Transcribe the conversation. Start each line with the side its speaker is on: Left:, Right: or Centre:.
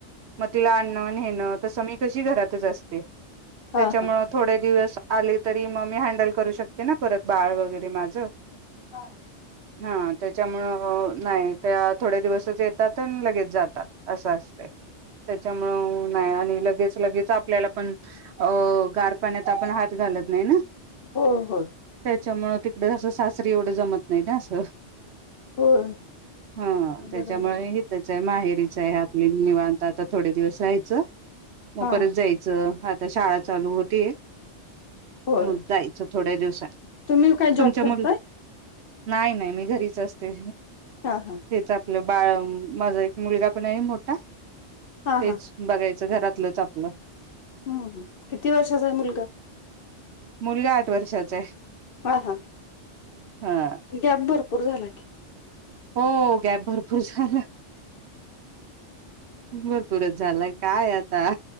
Right: मग तिला आणणं नेणं तसं मी कशी घरातच असते त्याच्यामु
Left: हा हा हा
Right: थोडे दिवस आले तरी मग मी हँडल करू शकते ना परत बाळ वगैरे माझं
Left: हा.
Right: हा त्याच्यामुळं नाही त्या थोड्या दिवसच येतात आणि लगेच जातात. असं असत त्याच्यामुळं नाही आणि लगेच लगेच आपल्याला पण अ गार पाण्यात आपण हात घालत नाही ना..
Left: हो हो.
Right: त्याच्यामुळं तिकडं असं सासरी एवढं जमत नाही ना असं.
Left: होय
Right: हा त्याच्यामुळे
Left: बरोबर आहे
Right: त्याच आहे माहेरीच आहे आपली निवांता आता थोडे दिवस राहायचं मग
Left: हा
Right: परत जायचं. आता शाळा चालू होती
Left: होय
Right: मग जायचं थोडं दिवसांनी
Left: तुम्ही काय
Right: तुमच्या
Left: जॉब करताय
Right: मुलं नाही नाही मी घरीच असते.
Left: हा हा
Right: तेच आपलं बाळ माझा एक मुलगा पण आहे मोठा
Left: हा
Right: तेच.
Left: हा
Right: बघायचं घरातलंच आपलं.
Left: हम्म किती वर्षाचा आहे मुलगा.
Right: मुलगा आठ वर्षाचा आहे.
Left: हा हा.
Right: हम.
Left: कॅप भरपूर झाला की.
Right: हो गॅब भरपूर झाला. भरपूरच झालाय काय आता.